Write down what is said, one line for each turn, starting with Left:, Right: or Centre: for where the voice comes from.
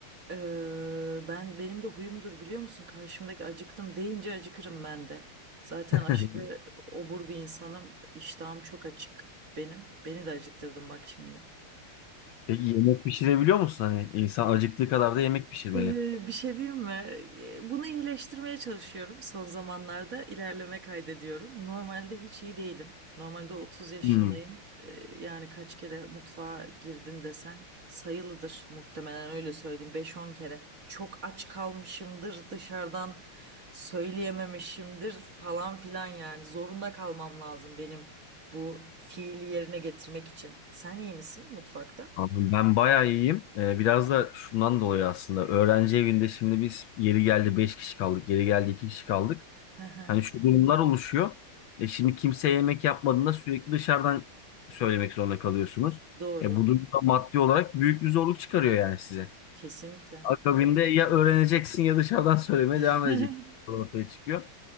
Right: Ee, ben benim de huyumdur biliyor musun? Karşımdaki acıktım deyince acıkırım ben de. Zaten
Left: <laughs>
Right: aşırı obur bir insanım. İştahım çok açık benim. Beni de acıktırdın bak şimdi.
Left: Peki yemek pişirebiliyor musun? Hani insan acıktığı kadar da yemek pişirmeli.
Right: Ee, bir şey diyeyim mi? Ee, Bunu iyileştirmeye çalışıyorum. Son zamanlarda ilerleme kaydediyorum. Normalde hiç iyi değilim. Normalde 30 yaşındayım.
Left: Hmm.
Right: Ee, yani kaç kere mutfağa girdin desen sayılıdır muhtemelen öyle söyleyeyim. Beş on kere. Çok aç kalmışımdır dışarıdan söyleyememişimdir falan filan yani. Zorunda kalmam lazım benim bu fiili yerine getirmek için. Sen iyi misin mutfakta?
Left: Abi ben bayağı iyiyim. Ee, biraz da şundan dolayı aslında. Öğrenci evinde şimdi biz yeri geldi 5 kişi kaldık. Yeri geldi 2 kişi kaldık.
Right: Hı hı.
Left: Hani şu durumlar oluşuyor. E şimdi kimse yemek yapmadığında sürekli dışarıdan söylemek zorunda kalıyorsunuz.
Right: Doğru.
Left: E bu durumda maddi olarak büyük bir zorluk çıkarıyor yani size.
Right: Kesinlikle.
Left: Akabinde ya öğreneceksin ya dışarıdan söylemeye
Right: <laughs>
Left: devam edeceksin. Ortaya çıkıyor.